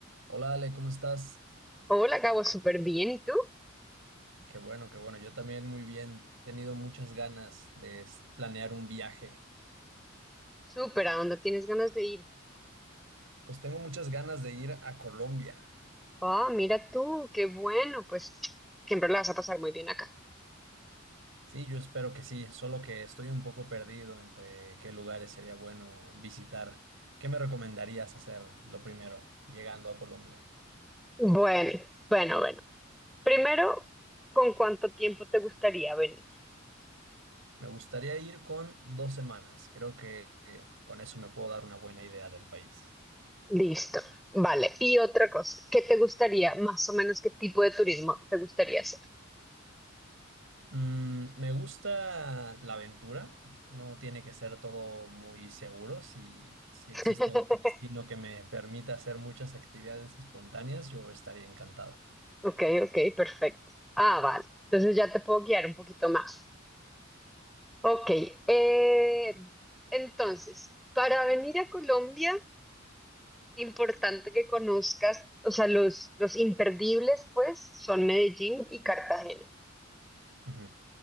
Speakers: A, on the right (about 80°); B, in the centre.
A: Hola Ale, ¿cómo estás?
B: Hola, Gabo, súper bien. ¿Y tú?
A: Qué bueno, qué bueno. Yo también muy bien. He tenido muchas ganas de s- planear un viaje.
B: Súper, ¿a dónde tienes ganas de ir?
A: Pues tengo muchas ganas de ir a Colombia.
B: Ah, mira tú, qué bueno, pues siempre la vas a pasar muy bien acá.
A: Sí, yo espero que sí, solo que estoy un poco perdido entre qué lugares sería bueno visitar. ¿Qué me recomendarías hacer lo primero llegando a Colombia?
B: Bueno, bueno, bueno. Primero, ¿con cuánto tiempo te gustaría venir?
A: Me gustaría ir con dos semanas. Creo que eh, con eso me puedo dar una buena idea del país.
B: Listo, vale. Y otra cosa, ¿qué te gustaría, más o menos qué tipo de turismo te gustaría hacer?
A: Mm, me gusta la aventura, no tiene que ser todo muy seguro. Si, si
B: <laughs>
A: existe algún destino que me permita hacer muchas actividades espontáneas, yo estaría encantado.
B: Ok, ok, perfecto. Ah, vale. Entonces ya te puedo guiar un poquito más. Ok, eh, entonces, para venir a Colombia... Importante que conozcas, o sea, los, los imperdibles, pues, son Medellín y Cartagena.
A: Ujú,